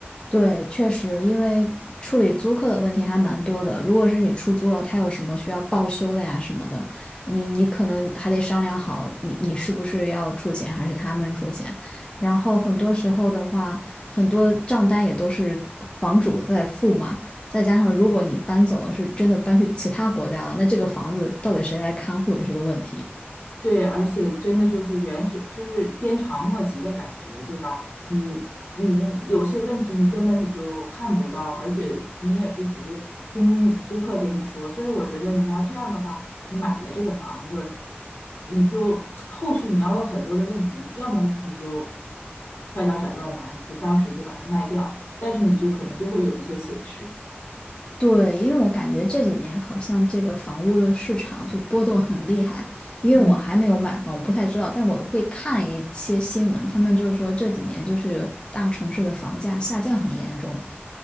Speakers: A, on the left; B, on the left.
A: 对，确实，因为处理租客的问题还蛮多的。如果是你出租了，他有什么需要报修的呀什么的，你你可能还得商量好你，你是不是要出钱，还是他们出钱。然后很多时候的话，很多账单也都是房主在付嘛。再加上如果你搬走了，是真的搬去其他国家了，那这个房子到底谁来看护也是个问题。
B: 对，而且真的就是原始，就是鞭长莫及的感觉，对吧？你你有些问题你根本你就看不到，而且你也是只是听租客给你说，所以我觉得你要这样的话，你买了这个房子，你就后续你要有很多的问题，要么你就快刀斩乱麻，你就当时你就把它卖掉，但是你就可能就会有一些损失，
A: 对，因为我感觉这几年好像这个房屋的市场就波动很厉害，因为我还没有买房，
B: 嗯。
A: 我不太知道，但我会看一些新闻，他们就是说这几年就是大城市的房价下降很严重。